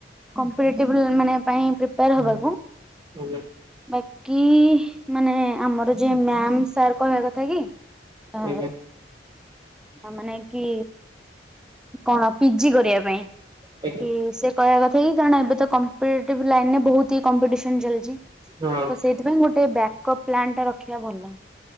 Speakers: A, in the centre; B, on the right (about 25°).
A: କମ୍ପ୍ଲିଟି ମାନେ ପାଇଁ ପ୍ରିପାର
B: ହୁଁ
A: ହବାକୁ
B: ଆଜ୍ଞା
A: ବାକି ମାନେ ଆମର ଜେ ମ୍ୟାମ ସାର୍ କହିବା କଥାକି ଅ
B: ଆଜ୍ଞା
A: ଆ ମାନେ କି କଣ ପିଜି କରିବା ପାଇଁ
B: ଆଜ୍ଞା
A: କି ସେ କହିବା କ କାରଣ ଏବେ ତ କମ୍ପ୍ଲିଟ ଲାଇନରେ ବହୁତହି କମ୍ପିଟେସନ ଚାଲିଛି ତ
B: ହଁ।
A: ସେଇ ସେଥିପାଇଁ ଗୋଟେ ବ୍ୟାକଅପ୍ ପ୍ଲାନ୍ଟା ରଖିବା ଭଲ।